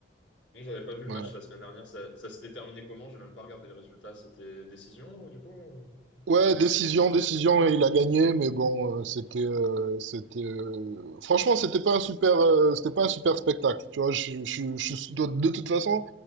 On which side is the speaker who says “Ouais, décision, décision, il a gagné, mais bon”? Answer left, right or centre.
Right